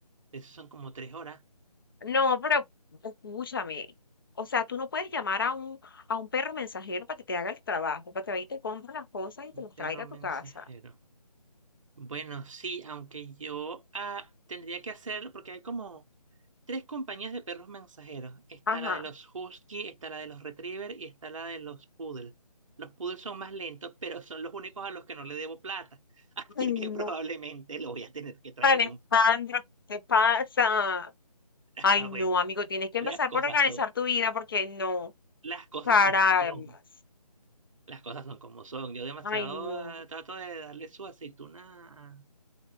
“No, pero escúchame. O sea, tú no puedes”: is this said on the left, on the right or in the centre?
Left